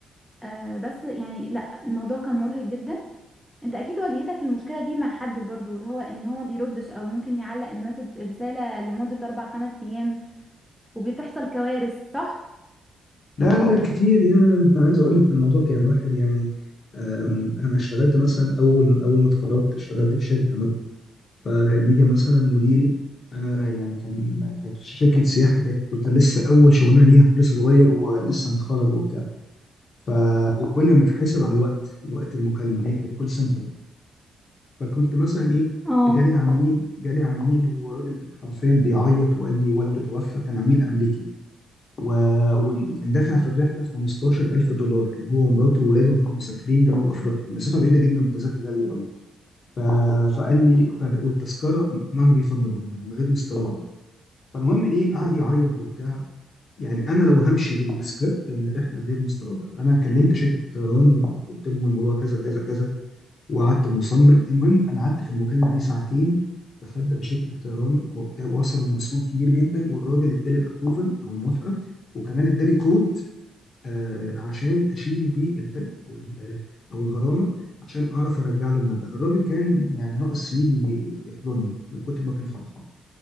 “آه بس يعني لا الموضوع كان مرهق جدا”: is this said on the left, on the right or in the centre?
Centre